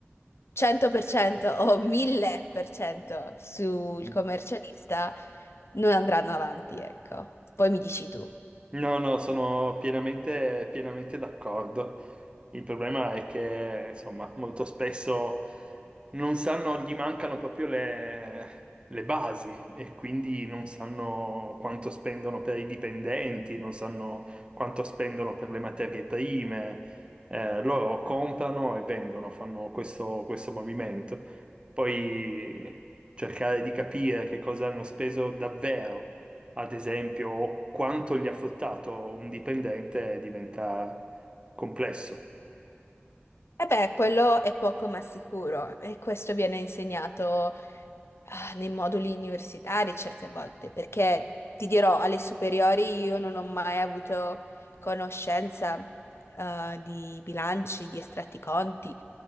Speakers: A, on the left (about 75°); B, on the right (about 25°).
A: 100% o 1000% sul
B: <laughs>
A: commercialista, non andranno avanti, ecco. Poi mi dici tu.
B: No, no, sono pienamente, pienamente d'accordo. Il problema è che, insomma, molto spesso non sanno, gli mancano proprio le, le basi e quindi non sanno quanto spendono per i dipendenti, non sanno quanto spendono per le materie prime. Eh, loro comprano e vendono, fanno questo, questo movimento. Poi cercare di capire che cosa hanno speso davvero ad esempio, quanto gli ha fruttato un dipendente diventa complesso.
A: E beh, quello è poco ma sicuro e questo viene insegnato ah, nei moduli universitari certe volte, perché ti dirò, alle superiori io non ho mai avuto conoscenza ah, di bilanci, di estratti conti